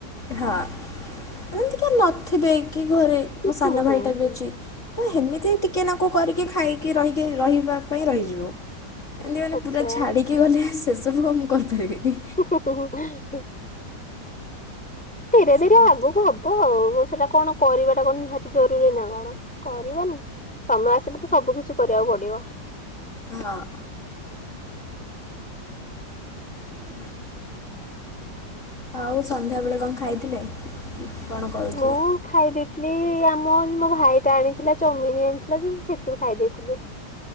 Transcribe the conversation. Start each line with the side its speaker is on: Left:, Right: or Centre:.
Left: ହଁ ଏମତି କିଏ ନଥିବେ କି ଘରେ
Centre: ହୁଁ
Left: ମୋ ସାନ
Centre: ହୁଁ
Left: ଭାଇ ଟା
Centre: ହୁଁ
Left: ବି ଅଛି ତ ହେମିତି ଟିକେ ନାକୁ କରିକି ଖାଇକି ରହିକି ରହିବା ପାଇଁ ରହିଯିବୁ। ଏମିତି ମାନେ
Centre: ଆଚ୍ଛା।
Left: ପୁରା ଛାଡିକି ଗଲେ ସେସବୁ ଆଉ ମୁଁ କରିପାରିବିନି।
Centre: ହେଁ ହେଁ ହେଁ ହେଁ ହୁଁ ଧିରେ
Left: ସେମିତି।
Centre: ଧିରେ ଆଗକୁ ହବ ଆଉ ସେଇଟା କଣ କରିବାଟା କଣ ନିହାତି ଜରୁରୀ ନା କଣ କରିବାନି ସମୟ ଆସିଲେ ତ ସବୁ କିଛି କରିବାକୁ ପଡିବ।
Left: ହଁ। <inaudible> ଆଉ ସନ୍ଧ୍ୟାବେଳେ କଣ ଖାଇଥିଲେ କଣ କରୁଥିଲେ?
Centre: ମୁଁ ଖାଇ ଦେଇଥିଲି ଆମ ମୋ ଭାଇ ଟା ଆଣିଥିଲା ଚଉମିନି ଆଣିଥିଲା ଯେ ସେଥିରୁ ଖାଇ ଦେଇଥିଲି।